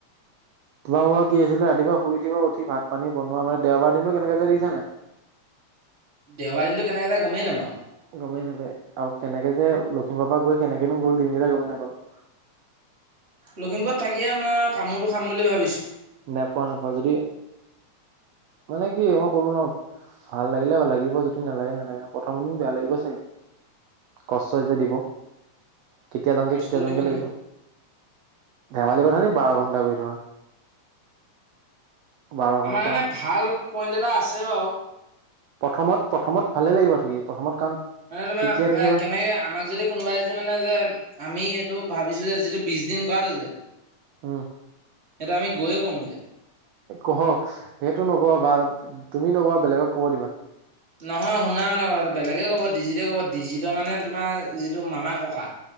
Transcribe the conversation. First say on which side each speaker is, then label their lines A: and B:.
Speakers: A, on the right (about 70°); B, on the right (about 25°).
A: তোমাৰ মোৰ কি আছিলে ৰাতিপুৱা শুই উঠিব, উঠি ভাত পানী বনোৱা মানে দেওবাৰ দিনটো কেনেকে যায় দেখিছা নাই।
B: দেওবাৰ দিনটোত কেনেকে যায় গমেই নাপাওঁ।
A: গমেই নাপায় আৰু কেনেকে যে লখিমপুৰ পৰা গৈ কেনেকেনো গ'ল দিনকেইটা গমেই নাপালোঁ।
B: লখিমপুৰত থাকিয়ে মই কামোৰটো খাম বুলি ভাবিছোঁ।
A: নেপাওঁ নেপাওঁ, যদি মানে কি মই কলো ন ভাল লাগিলে ভাল লাগিব, যদি নালাগে নালাগে প্ৰথম দিন বেয়া লাগিব চাগে। কষ্ট যে দিব। কেতিয়া যামগে
B: কষ্টও
A: কেতিয়া যামগে
B: দিব
A: লাগিব,
B: নি
A: ধেমালি কথা নেকি বাৰ ঘণ্টা কৰি থকা। বাৰ
B: আমাৰ
A: ঘন্টা
B: কাৰণে ভাল পইণ্ট এটা আছে বাৰু।
A: প্ৰথমত প্ৰথমত ভালে লাগিব থাকি, প্ৰথমত কাৰণ
B: মানে তোমাৰ
A: শিকিয়ে থাকিবা
B: কেনেকে আমাক যদি কোনোবাই যদি মানে যে, আমি এইটো ভাবিছো যে, যিটো বিশ দিন কৰাটো যে,
A: উম।
B: সেইটো আমি গৈয়েই ক'মগে।
A: অহ সেইটো নকবা, তুমি নকবা বেলেগক কব দিবা।
B: নহয় শুনা মানে কথাটো বেলেগেই ক'ব, ডিজিতে ক'ব ডিজিতৰ মানে তোমাৰ যিটো মামা ককা